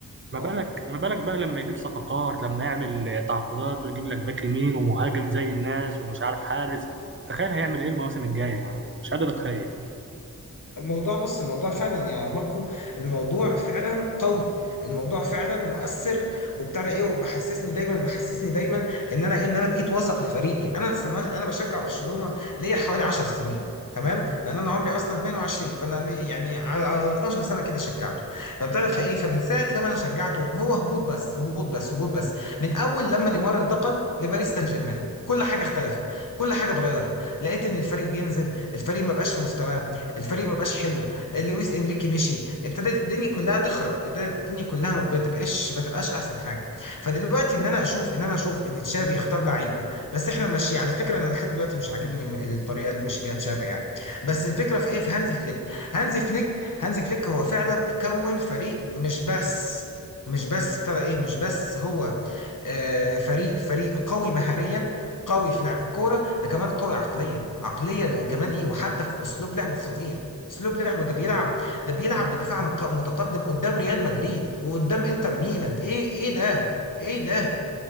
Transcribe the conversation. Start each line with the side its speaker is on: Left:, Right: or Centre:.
Right: ما
Left: اه
Right: بالك ما بالك بقى لما يجيب صفقات لما يعمل تعاقدات ويجيب لك باك يمين ومهاجم زي الناس ومش عارف حارس تخيل هيعمل ايه المواسم الجايه يعني أنا مش قادر اتخيل
Left: الموضوع بص الموضوع فعلا يا ماركو الموضوع فعلا قوي الموضوع فعلا مؤثر وبتاع ده ايه وبحسسني دايما محسسني دايما ان انا ايه ان انا بقيت واثق في فريقي انا السنوات انا بشجع برشلونه ليا حوالي 10 سنين تمام لان انا عمري اصلا 22 فانا لي- يعني على على 12 سنه كده شجعته فبتعرف فايه فمن ساعه لما انا شجعته وهو هبوط بس هبوط بس هبوط بس من اول لما نيمار انتقل لباريس سان جيرمان كل حاجه اختلفت كل حاجه اتغيرت لقيت ان الفريق بينزل الفريق ما بقاش في مستواه الفريق ما بقاش حلو لويس انريكي مشي ابتدت الدنيا كلها تخرب ابتدت الدنيا كلها ما بتبقاش ما تبقاش احسن حاجه فدلوقتي ان انا اشوف ان انا اشوف ان تشافي يختار لعيبه بس احنا ماشي على فكره انا لحد دلوقتي مش عاجبني م- الطريقه اللي مشي بيها تشافي يعني بس الفكره في ايه في هانزي فليك هانزي فليك هانزي فليك هو فعلا كون فريق مش بس مش بس ابتدى ايه مش بس هو آه فريق فريق قوي مهاريا قوي في لعب الكوره ده كمان قوي عقليا عقليا وكمان ايه وحتى في اسلوب لعبه خطير اسلوب لعبه ده بيلعب ده بيلعب بدفاع مق- متقدم قدام ريال مدريد وقدام انتر ميلان ايه ايه ده ايه ده